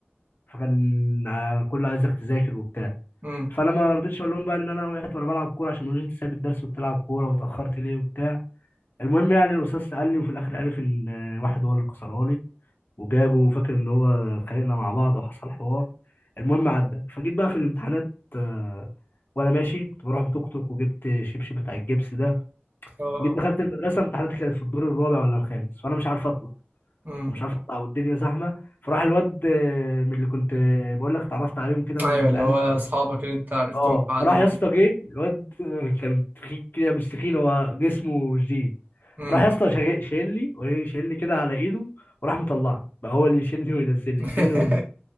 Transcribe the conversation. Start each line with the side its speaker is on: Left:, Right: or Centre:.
Left: فكان ع- كله عايزك تذاكر وبتاع
Right: أمم.
Left: فانا ما رضيتش اقول لهم بقى ان انا وقعت وانا بلعب كوره عشان ما يقولوش انت سايب الدرس وبتلعب كوره واتاخرت ليه وبتاع المهم يعني الاستاذ قال لي وفي الاخر عرف ان واحد هو اللي كسرها لي وجابه وفاكر ان هو اتخانقنا مع بعض وحصل حوار المهم عدى فجيت بقى في الامتحانات آه، وانا ماشي كنت بروح بتوك توك وجبت شبشب بتاع الجبس ده
Right: اه
Left: جيت
Right: اه
Left: دخلت المدرسه امتحاناتي كانت في الدور الرابع ولا الخامس فانا مش عارف اطلع
Right: أمم.
Left: انا مش عارف اطلع والدنيا زحمه فراح الواد آه، من اللي كنت آه، بقول لك اتعرفت عليهم كده العيال
Right: أيوة اللي هو أصحابك اللي أنت عرفتهم
Left: اه
Right: بعدين
Left: راح يا
Right: دول
Left: اسطى جه الواد آه، كان تخين كده مش تخين هو جسمه جديد
Right: أمم.
Left: راح يا اسطى شايل- شايلني وإيه، شايلني كده على ايده وراح مطلعني بقى هو اللي يشيلني وينزلني
Right: <laughs>
Left: يشيلني وينزلني